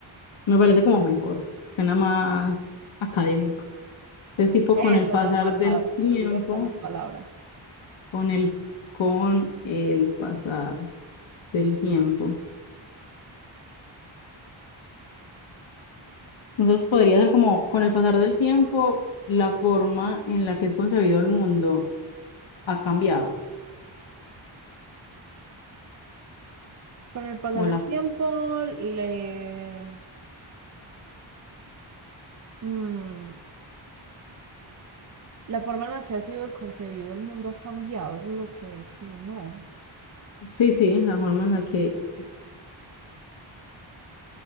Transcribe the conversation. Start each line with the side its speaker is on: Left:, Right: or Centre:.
Left: me parece como mejor, suena más académico. Es tipo
Right: Esa
Left: con el pasar
Right: es la palabra,
Left: del tiempo.
Right: sí, esa es la palabra.
Left: con el, con el pasar del tiempo. Entonces podría ser como con el pasar del tiempo, la forma en la que es concebido el mundo ha cambiado.
Right: Con el pasar
Left: O la,
Right: del tiempo, le, mm, la forma en la que ha sido el concebido el mundo ha cambiado, eso es lo que sí, no.
Left: sí, sí, la forma en la que